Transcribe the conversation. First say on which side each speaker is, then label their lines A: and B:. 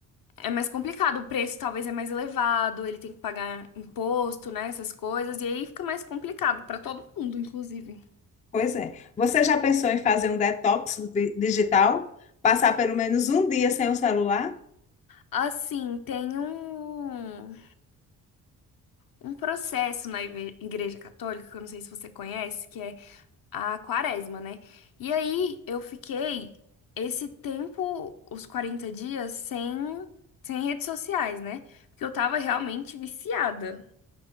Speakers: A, on the left; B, on the left.
A: é mais complicado, o preço talvez é mais elevado, ele tem que pagar imposto, né, essas coisas, e aí fica mais complicado para todo mundo, inclusive.
B: Pois é. Você já pensou em fazer um detox di- digital? Passar pelo menos um dia sem o celular?
A: Assim, tem um, um processo na igre- Igreja Católica, que eu não sei se você conhece, que é a quaresma, né? E aí eu fiquei esse tempo, os 40 dias, sem, sem redes sociais, né? Porque eu tava realmente viciada.